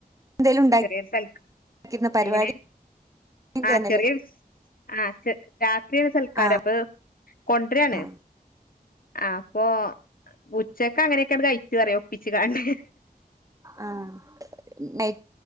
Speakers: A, on the right; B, on the left.
A: എന്തേലും
B: ചെറിയൊരു സൽ
A: ഉണ്ടാക്കിയിരുന്നോ പരിപാടി
B: എങ്ങനെ
A: കഴിഞ്ഞിട്ടാന്നല്ലേ
B: ആ ചെറിയ ആ <unintelligible> <unintelligible> സൽക്കാര
A: ആ
B: അപ്പൊ കൊണ്ടരയാണ്
A: ആ
B: അ അപ്പൊ ഉച്ചക്കെ അങ്ങനെയൊക്കെയാണ്ട് കഴിച്ചു പറയാ ഒപ്പിച്ചങ്ങാണ്ട്
A: ആ നയ്